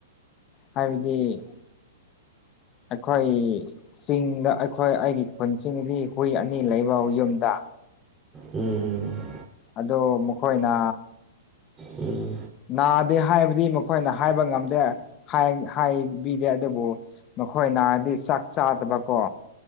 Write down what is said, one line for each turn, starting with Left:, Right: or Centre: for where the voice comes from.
Left: ꯍꯥꯏꯕꯗꯤ ꯑꯩꯈꯣꯏ ꯆꯤꯡꯗ ꯑꯩꯈꯣꯏ ꯑꯩꯒꯤ ꯈꯨꯟꯁꯤꯡꯗꯤ ꯍꯨꯏ ꯑꯅꯤ ꯂꯩꯕ ꯌꯨꯝꯗ
Right: ꯎꯝ
Left: ꯑꯗꯨ ꯃꯈꯣꯏꯅ
Right: ꯎꯝ ꯎꯝ
Left: ꯅꯥꯗꯦ ꯍꯥꯏꯕꯗꯤ ꯃꯈꯣꯏꯅ ꯍꯥꯏꯕ ꯉꯝꯗꯦ ꯍꯥꯏꯕꯤꯗꯦ ꯑꯗꯨꯕꯨ ꯃꯈꯣꯏ ꯅꯔꯗꯤ ꯆꯥꯛ ꯆꯥꯗꯕꯀꯣ